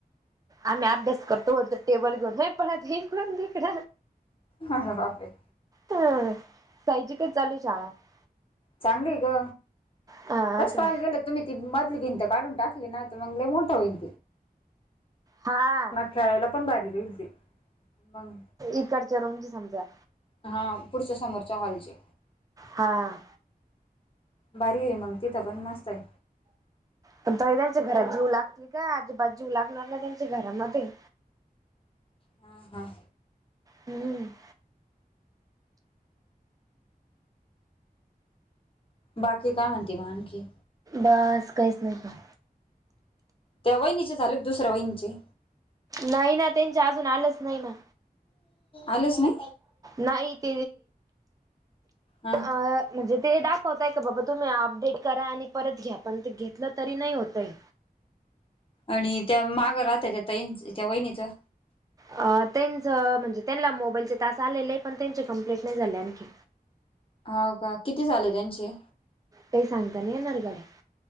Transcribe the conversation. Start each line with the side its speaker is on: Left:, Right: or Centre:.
Right: आम्ही अभ्यास करतो होतो? टेबल घेऊन हे पण आता इकडून तिकड
Left: ह ह बापरे?
Right: ह साहि जिकच चालू शाळा <unintelligible>
Left: चांगली ग,
Right: हा
Left: तस
Right: का
Left: पाहिलं गेलं. तुम्ही ती मधली भिंत काढून टाकली ना. तर मग मोठा होईल?
Right: हा
Left: खेळायला पण भाजी दीसली मग,
Right: इकडच रमज समजा,
Left: हा, पुढच्या समोरच्या हॉल चि.
Right: हा
Left: भारी आहे मग तीथ पण मस्त आहे?
Right: पण तरी त्यांच्या घरात जीव लागतील का आजूबाजूंना जीव लागणार ना त्यांच्या घरामध्ये.
Left: हां हां
Right: हम्म
Left: बाकी काय म्हणते मग आणखी??
Right: बास काहीच नाही.
Left: त्या वहिणीचे झाले दुसऱ्या वहिणीचे
Right: नाही ना त्यांचे अजून आलेच नाही ना.
Left: आलेच नाही.
Right: नाही त
Left: हा
Right: म्हणजे ते दाखवताय का बाबा तुम्ही अपडेट करा आणि परत घ्या पण ते घेतलं तरी नाही होतंय.
Left: आणि त्या मागं राहत त्या ताई त्या वहिणीचं?
Right: अ त्यांच म्हणजे त्यांनला मोबाईलचे तास आलेले आहे पण त्यांचे कंप्लेट नाही झाले आणखी.
Left: हाव का किती झाले त्यांचे?
Right: काही सांगता नाही येणार <unintelligible>